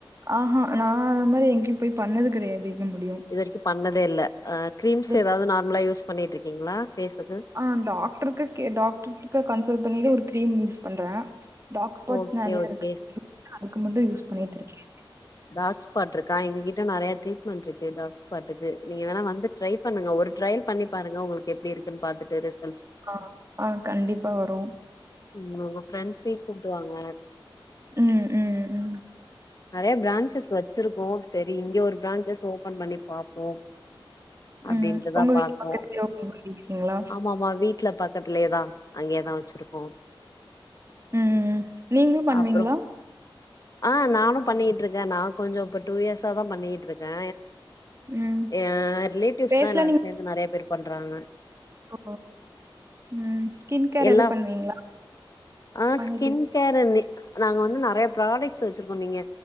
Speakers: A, on the right; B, on the left.
A: ஆஹா நா அந்த மாரி எங்கேயு போய் பண்ணது கெடையாது எங்க மும்
B: இது வரைக்கும் பண்ணதே இல்ல அ கிரீம்ஸ்ஸு ஏதாவது
A: கெடையாது.
B: நார்மலா யூஸ் பண்ணிட்ருக்கீங்ளா ஃபேஸுக்கு
A: ஆ டாக்டருக்கு கே டாக்டருக்கிட்ட கன்சல்ட் பண்ணிட்டு ஒரு கிரீம் யூஸ் பண்ற டாக் ஸ்பாட்ஸ்
B: ஓகே
A: நறைய
B: ஓகே
A: இருக்கு அதுக்கு மட்டு யூஸ் பண்ணிட்டு இருக்கே
B: டாக் ஸ்பாட் இருக்கா எங்க கிட்ட நிறைய ட்ரீட்மெண்ட் இருக்கு டாக் ஸ்பாட்டுக்கு நீங்க வேணா வந்து ட்ரை பண்ணுங்க ஒரு ட்ரயல் பண்ணி பாருங்க உங்களுக்கு எப்டி இருக்குன்னு பாத்துட்டு ரெஸ்
A: ஆ ஆ கண்டிப்பா வரோ
B: உ உங்க பிரெண்ட்ஸயு கூட்டுவாங்க
A: ம் ம் ம்
B: நறைய பிரான்சஸ் வச்சிருக்கோ சரி இங்க ஒரு பிரான்சஸ் ஓபன் பண்ணி பாப்போ அப்டின்ட்டுதா
A: ம் உங்க வீட்டு
B: பாத்தோ
A: பக்கத்துலயே ஓப்பன் பண்ணிருக்கீங்களா
B: ஆமாமா வீட் வீட்ல பக்கத்துலயேதா அங்கேயேதா வச்சிருக்கோ
A: ம் நீங்களு பண்ணுவீங்ளா
B: அப்றோ ஆ நானு பண்ணிட்டு இருக்கே நா கொஞ்சோ இப்ப டூ இயர்ஸா தா பண்ணிட்டு இருக்கே
A: ம்
B: ஏ ரிலேட்டிவ்ஸ்லா
A: ஃபேஸ்லா
B: எல்லாரு
A: நீங்க
B: சேந்து நிறைய பேர் பண்றாங்க
A: ஓ ம் ஸ்கின் கேர்
B: எல்லா
A: எது பண்விங்ளா
B: ஆ
A: பண்
B: ஸ்கின் கேர் நாங்க வந்து நறைய ப்ராடக்ட்ஸ் வச்சிருக்கோ நீங்க